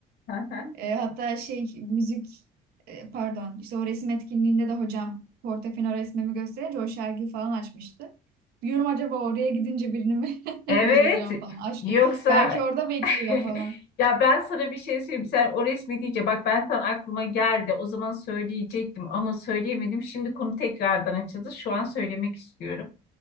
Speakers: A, on the left; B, on the right.
A: <laughs>
B: E, hatta şey müzik e, pardon işte o resim etkinliğinde de hocam Portofino resmimi gösterince o şarkıyı falan açmıştı. Diyorum acaba oraya gidince birini mi
A: Evet.
B: <laughs> bulacağım falan aşkım.
A: Yoksa
B: Belki orada bekliyor
A: <laughs>
B: falan.
A: Ya ben sana bir şey söyleyeyim. Sen o resmi deyince bak ben tam aklıma geldi. O zaman söyleyecektim ama söyleyemedim. Şimdi konu tekrardan açıldı. Şu an söylemek istiyorum.